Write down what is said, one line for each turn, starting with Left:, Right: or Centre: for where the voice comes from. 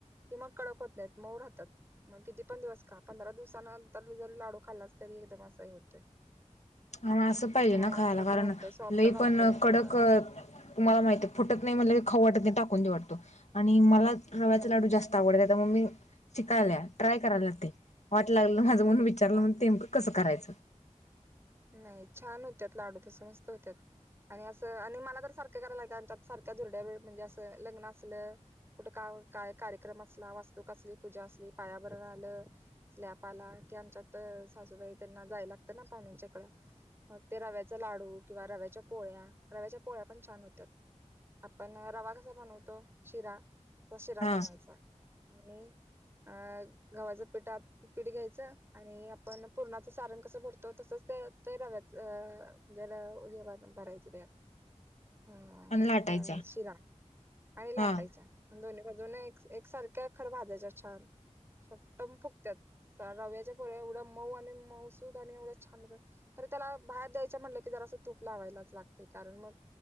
Right: क मग कडक होत नाही म राहतात किती पण दिवस का पंरा दिवसानंतर जरी लाडू खाल्लास तरी एकदम असाही होतोय
Left: हा असं पाहिजे
Right: मऊ
Left: ना खरायला
Right: असंच
Left: कारण
Right: राहतय सॉफ्ट
Left: लई
Right: राहतय
Left: पण
Right: हा
Left: कडक तुम्हाला फुटत नाय मनल की खाऊ वाटत नाइ टाकून देऊ वाटतो आणि मला रव्याचा
Right: ह
Left: लाडू जास्त आवडतेय मी शिकायला ट्राय करायला वाट लागलं माझं म्हणुन विचारलं
Right: हा
Left: ते नेमक कसं करायचं
Right: नाही छान होत्यात लाडू तस मस्त होत्यात आणि असं आणि मला तर सारखं करायला लागत आमत सारख्या धुरड्या वेळ म्हणजे असं लग्न असलं कुठे काम काय कार्यक्रम असला वास्तूकसली पूजा असली पायाभरण आलं स्लॅप आला की आच्यात सासुबाई त्यांना जाय लागतं ना पाहण्यांच्या मग ते रव्याचा लाडू किंवा रव्याच्या पोळ्या रव्याच्या पोळ्या पण छान होत्याात आपण रवा कसा बनवतो शिरा त शिरा
Left: हा
Right: बनवायचा आणि अ गव्हाच्या पिठात पीठ घ्यायचं आणि आपण पुूरणाचं सारण कसं भरतो तसच ते ते रव्याच अ जला उवाण भरायच त्यात ह
Left: आणि लाटायच्या
Right: आपल्या शिरा आणि लाटायच्या
Left: हा
Right: दोन् अजून एक एक सारख्या खरं भाजाच्या छान अस टम फुगत्यात रव्याच्या पोळया एवढ मऊ आणि मऊसूद आणि एवढा छान होत. खरे त्याला बाहेर द्यायच म्हटलं की जरा असं तूप लावायलाच लागते कारण मग